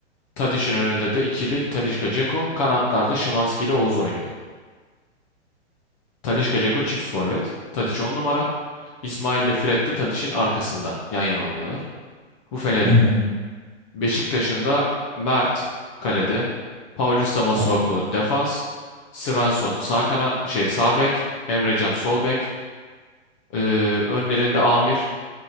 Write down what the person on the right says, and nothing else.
hı. hı.
Tamam.